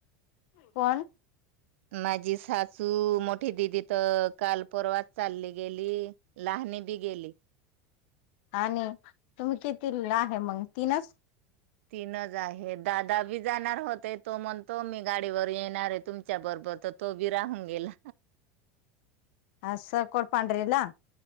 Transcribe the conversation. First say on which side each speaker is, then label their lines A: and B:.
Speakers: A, on the left; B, on the right.
A: कोण?
B: माझी सासू मोठी दिदी तर काल परवाच चालली गेली. लहाणी बी गेली.
A: आणि तुम्ही किती आहे मग तीनच.
B: तीनच आहे दादा बी जाणार होते तो म्हणतो मी गाडीवर येणार आहे तुमच्या बरोबर. ब तो बी राहून गेला.
A: <unintelligible> पांढरी ला.